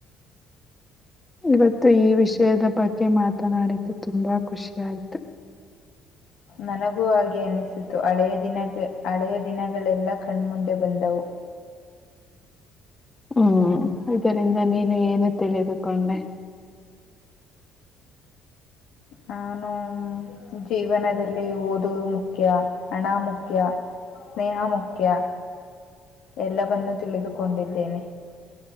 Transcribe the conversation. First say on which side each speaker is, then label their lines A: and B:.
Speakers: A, on the left; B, on the left.
A: <unintelligible> ಇವತ್ತು ಈ ವಿಷಯದ ಬಗ್ಗೆ ಮಾತನಾಡಿದ್ದು ತುಂಬಾ ಖುಷಿ ಆಯಿತು.
B: ನನಗೂ ಹಾಗೆ ಅನಿಸಿತು ಹಳೆಯ ದಿನಕ್ಕೆ, ಹಳೆಯ ದಿನಗಳೆಲ್ಲ ಕಣ್ಮುಂದೆ ಬಂದವು.
A: ಹ್ಮ್ ಇದರಿಂದ ನೀನು ಏನು ತಿಳಿದುಕೊಂಡೆ
B: ನಾನು ಜೀವನದಲ್ಲಿ ಓದುವ ಮುಖ್ಯ ಹಣ ಮುಖ್ಯ ಸ್ನೇಹ ಮುಖ್ಯ ಎಲ್ಲವನ್ನೂ ತಿಳಿದುಕೊಂಡಿದ್ದೇನೆ.